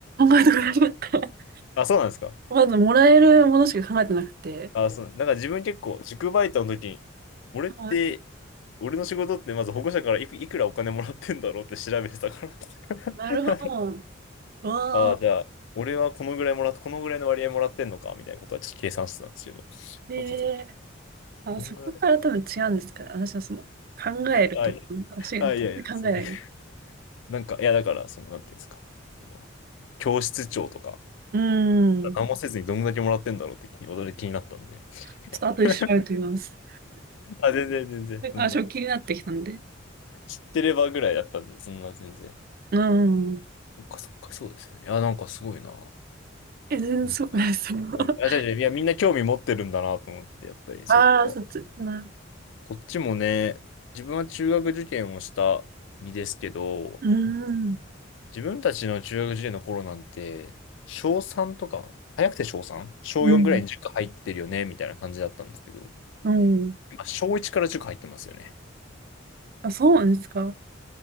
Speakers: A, on the right; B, on the left.
A: えてくれなかった。
B: あ、そうなんですか。
A: <laughs> まず、もらえるものしか考えてなくて。
B: あ、そう、なんか自分結構、塾バイトの時に、俺って、
A: はい。
B: 俺の仕事ってまず保護者からいく、いくらお金もらってんだろうって調べてたから。<laughs>
A: なるほど。わあ。
B: ああ、じゃあ、俺はこのぐらいもらっ、このぐらいの割合もらってんのか、みたいなことはちょっと計算してたんですけど。
A: ええ
B: そうか、そうか。
A: あ、
B: どんぐらい
A: そこから多分違うんですから、私はその、考えると、
B: あ、いや、
A: 私、全然考えない。
B: あ、いやいや、すげえ。なんか、いや、だから、その、なんていうんですか。あの教室長とか、
A: うん。
B: 何もせずにどんだけもらってんだろうって気に、
A: ち
B: 驚き気になったんで。
A: ょっと後で調べてみます。
B: <laughs> あ、全然、全然、そんな。
A: あ、ちょっと気になってきたんで。
B: 知ってればぐらいだったんで、そんな、全然。
A: うん。
B: そっか、そっか、そうですね。いや、なんかすごいな。
A: え、全然そうくないですもん。
B: みんな。うんあ、
A: <laughs>
B: じゃじゃいや、みんな興味持ってるんだなと思って、やっぱり、そっか。
A: ああ、そっち、な、
B: こっちもね、自分は中学受験をした身ですけど、
A: うん。
B: 自分たちの中学受験の頃なんて、小3とか、早くて小 3? 小4ぐらいに塾入ってるよね、
A: うん。
B: みたいな感じだったんですけど、
A: うん。
B: 今小1から塾入ってますよね。
A: あ、そうなんですか。